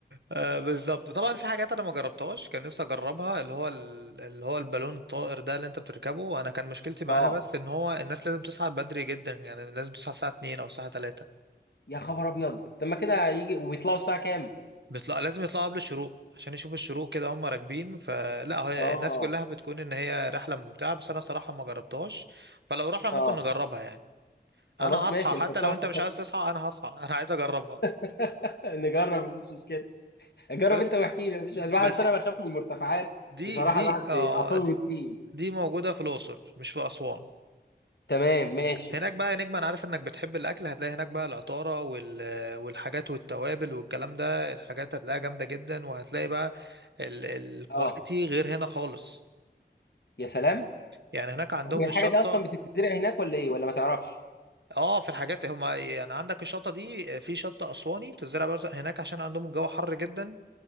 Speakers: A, on the right (about 80°); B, on the left (about 75°).
A: آه بالظبط طبعا في حاجات انا ما جربتهاش كان نفسي اجربها اللي هو ال- اللي هو البالون الطائر ده اللي انت بتركبه انا كان مشكلتي معاها
B: اه
A: بس ان هو الناس لازم تصحى بدري جدا يعني لازم تصحى الساعه 2 او الساعه 3
B: يا خبر ابيض طب ما كده يجي ويطلعوا الساعه كام؟
A: بيطلع لازم يطلعوا قبل الشروق عشان يشوفوا الشروق كده هم راكبين فلا هي
B: اه
A: الناس كلها بتكون ان هي رحله ممتعه بس انا صراحه ما جربتهاش فلو رحنا ممكن
B: اه
A: نجربها يعني انا
B: خلاص
A: هصحى
B: ماشي
A: حتى
B: نحطها
A: لو انت
B: في
A: مش عايز تصحى انا هصحى <laughs> انا عايز اجربها
B: <laughs> نجرب مش مشكله جرب
A: بس
B: انت واحكي لي مش الواحد
A: بس
B: أصل انا بخاف من المرتفعات
A: دي
B: بصراحه
A: دي
B: الواحد
A: اه
B: اعصابه بتسيب
A: دي موجودة في الأقصر مش في أسوان
B: تمام ماشي
A: هناك بقى يا نجم أنا عارف إنك بتحب الأكل هتلاقي هناك بقى العطارة وال... والحاجات والتوابل والكلام ده الحاجات هتلاقيها جامدة جدا وهتلاقي بقى ال... الكواليتي
B: اه
A: غير هنا خالص
B: يا سلام
A: يعني هناك عندهم
B: طب هي الحاجه
A: الشطة
B: دي اصلا بتتزرع هناك ولا ايه ولا ما تعرفش
A: اه في الحاجات هما يعني عندك الشطة دي في شطة أسواني بتزرع برزق هناك عشان عندهم الجو حر جدا